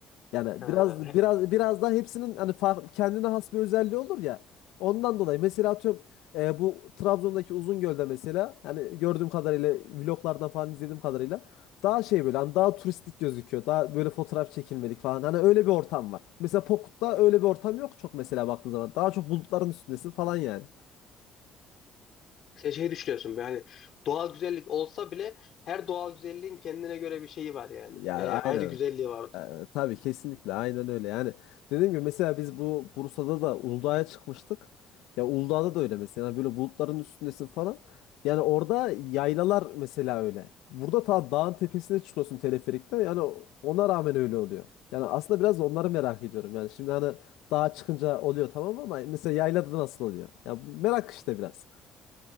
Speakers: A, on the left; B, on the left.
A: Yani
B: Ha,
A: biraz
B: he-
A: biraz biraz daha hepsinin hani fark- kendine has bir özelliği olur ya. Ondan dolayı mesela atıyorum e, bu Trabzon'daki Uzungöl'de mesela yani gördüğüm kadarıyla vloglardan falan izlediğim kadarıyla daha şey böyle hani daha turistik gözüküyor. Daha böyle fotoğraf çekilmedik falan. Hani öyle bir ortam var. Mesela Pokut'ta öyle bir ortam yok çok mesela baktığın zaman. Daha çok bulutların üstündesin falan yani.
B: sen şey düşünüyorsun böyle hani doğal güzellik olsa bile her doğal güzelliğin kendine göre bir şeyi var yani.
A: Yani
B: E,
A: aynen.
B: ayrı güzelliği var
A: Ee, tabii kesinlikle aynen öyle. Yani dediğim gibi mesela biz bu Bursa'da da Uludağ'a çıkmıştık. Ya Uludağ'da da öyle mesela Yani böyle bulutların üstündesin falan. Yani orada yaylalar mesela öyle. Burada ta dağın tepesine çıkıyorsun teleferikte. Yani ona rağmen öyle oluyor. Yani aslında biraz da onları merak ediyorum. Yani şimdi hani dağa çıkınca oluyor tamam ama mesela yaylada nasıl oluyor? Ya bu merak işte biraz.